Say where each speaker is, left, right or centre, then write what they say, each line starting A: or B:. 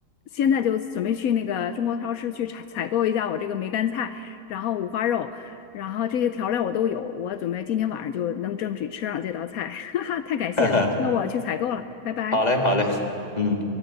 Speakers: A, on the left; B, on the left.
A: 现在就准备去那个中国超市去采采购一下我这个梅干菜，然后五花肉，然后这些调料我都有，我准备今天晚上就能正式吃上这道菜。<laughs> 哈哈，太感谢了，
B: <laughs>
A: 那我去采购了，拜拜。
B: 好嘞，好嘞，嗯。